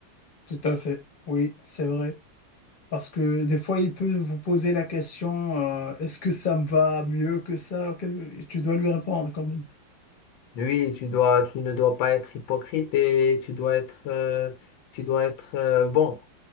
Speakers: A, on the left; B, on the left.
A: Tout à fait, oui, c'est vrai. Parce que des fois, il peut vous poser la question, euh, est-ce que ça me va mieux que ça? Quel- Tu dois lui répondre quand même.
B: Oui, tu dois, tu ne dois pas être hypocrite et tu dois être, euh, tu dois être euh, bon.